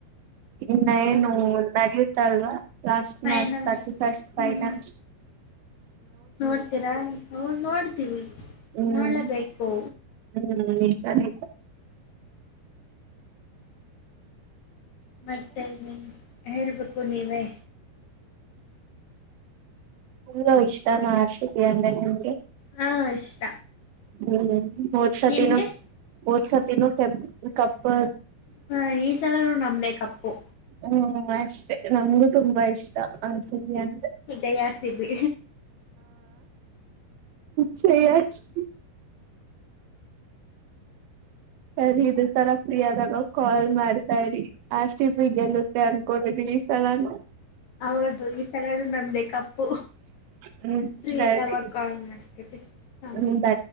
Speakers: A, on the right; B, on the left.
A: ಇನ್ನ ಏನು ನಡೆಯುತ್ತ ಅಲ್ವಾ ಲಾಸ್ಟ್
B: ಫೈನಲ್
A: ಮ್ಯಾಚ್ ರ್ಟಿ ಫಸ್ಟ್ ಫೈನಲ್
B: ಹ್ಮ್ ನೋಡ್ತೀರಾ ಹ ನೋಡ್ತೀವಿ
A: ಹ್ಮ್
B: ನೋಡಲೇಬೇಕು
A: ಹ್ಮ್ ನಿಜ ನಿಜ
B: ಮತ್ತೆ ನೀ ಹೇಳ್ಬೇಕು ನೀವೇ
A: ಹ್ಮ್ ಇಷ್ಟಾನ ಆರ್ಸಿಬಿ ಅಂದ್ರೆ ನಿಮಗೆ
B: ಹಾ ಇಷ್ಟ
A: ಹ್ಮ ಹ್ಮ ಹೋದ ಸತೀನು
B: ನಿಮ್ಗೆ
A: ಹೊದ್ಸತಿನು ಕಬ್ಬು ಕಪ್
B: ಹ ಈ ಸಲನೂ ನಮ್ಡೇ ಕಪ್ಪು
A: ಹ್ಮ ಅಷ್ಟೆ ನಮಗು ತುಂಬಾ ಇಷ್ಟ ಆರ್ ಸಿ ಬಿ ಅಂದ್ರೆ
B: ಜೈ ಆರ್ಸಿಬಿ
A: ಜೈ ಆರ್ಸಿಬಿ ಸರಿ ಇದೆ ತರ ಫ್ರೀ ಆದಾಗ ಕಾಲ್ ಮಾಡ್ತಾ ಇರಿ ಆರ್ ಸಿ ಬಿಿ ಗೆಲ್ಲತ್ತೆ ಅನ್ಕೊಂಡಿ ಈ ಸಲಾನ
B: ಹೌದು ಈ ಸಲೂ ನಮ್ದ ಕಪ್ಪು
A: ಹ್ಮ್
B: ಫ್ರೀ
A: ಸರಿ
B: ಇದ್ದವಾಗ ಕಾಲ್ ಮಾಡ್ತೀರಿ ಹ
A: ಹ್ಮ್